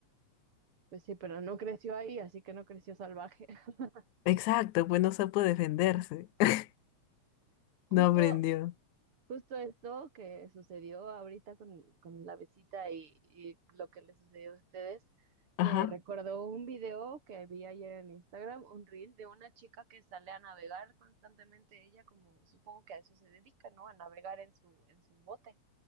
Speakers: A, on the right; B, on the left.
A: pues sí, pero no creció ahí, así que no creció salvaje. <laughs>
B: Exacto, pues no supo defenderse. <laughs>
A: Justo
B: No aprendió.
A: Justo esto que sucedió ahorita con, con la visita y, y lo que le sucedió a ustedes,
B: Ajá,
A: me recordó un video que vi ayer en Instagram, un reel de una chica que sale a navegar constantemente, ella como supongo que a eso se dedica, ¿no? A navegar en su, en su bote.